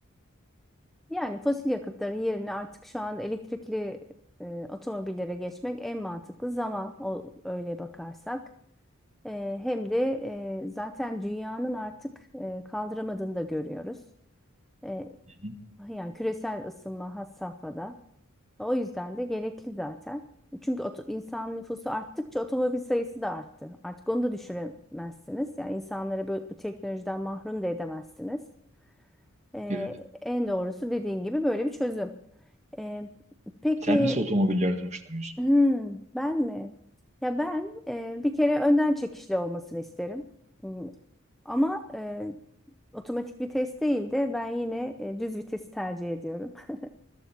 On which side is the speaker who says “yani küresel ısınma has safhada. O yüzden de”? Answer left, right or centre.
Centre